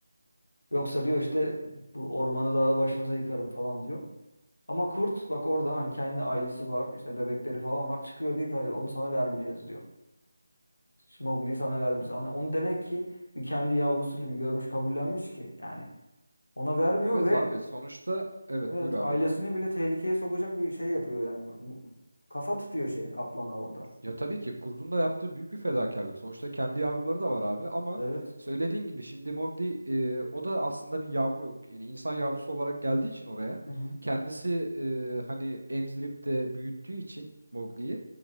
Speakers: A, on the left; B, on the right.
A: Yoksa diyor işte bu ormanı dağı başınıza yıkarım falan diyor. Ama kurt bak orada hani kendi ailesi var. işte bebekleri falan var. Çıkıyor diyor ki "Hayır, onu sana vermeyeceğiz diyor. Mowgli'yi sana vermeyeceğiz. Hani onu demek ki bir kendi yavrusu gibi görmüş kabullenmiş ki yani. Ona vermiyor
B: Evet
A: ve
B: abi sonuçta evet
A: evet
B: buyur abi.
A: ailesini bile tehlikeye sokacak bir şey yapıyor yani. Kafa tutuyor şeye kaplana orada.
B: Ya tabii ki kurdun da yaptığı büyük bir fedakarlık. Sonuçta kendi yavruları da var abi ama
A: Evet.
B: söylediğin gibi şimdi Mowgli e, o da aslında bir yavru yani insan yavrusu olarak geldiği için oraya
A: Hı hı.
B: kendisi e, hani emzirip de büyüttüğü için Mowgli'yi